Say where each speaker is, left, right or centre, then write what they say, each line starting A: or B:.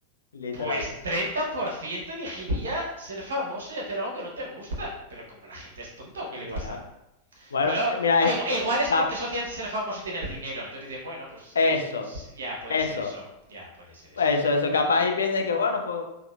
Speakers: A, on the left; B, on the right.
A: literal.
B: Pues 30% elegiría ser famoso y hacer algo que no te gusta. Pero como la gente es tonta, ¿o qué
A: Ya,
B: le pasa?
A: Bueno,
B: Pues ah,
A: eh, mira, es
B: igual,
A: que
B: igual es
A: cap-
B: porque asocian ser famoso y tener dinero. Entonces dicen, bueno, pues sí,
A: eso,
B: sí, sí, ya puede
A: eso,
B: ser eso, ya puede ser eso,
A: eso,
B: sí.
A: eso. Capaz y piensa que, bueno, pues,